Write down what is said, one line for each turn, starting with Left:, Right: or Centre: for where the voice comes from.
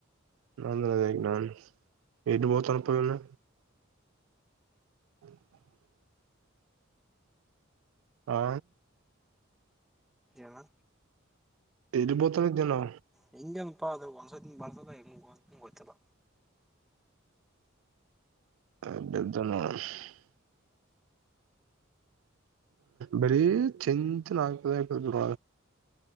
Right: ನ ನನ್ ವಟ್ಟ ಬ ತನಪನ್ನ ಹ ಹಾ
Centre: ಏನ
Right: ಇಲ್ಲಿಬೋತನ ಇದಿದ್ದೇನೋ
Centre: ನಿನಗೇನಪ್ಪ ಅದು ಒಂದ್ಸತಿ ಇಂಗ್ ಬರ್ತದ ಹೆಂಗ ಗೊತ್ತಿಲ್ಲ
Right: <unintelligible> ಬರೀ ಚಿಂತಆಯ್ತು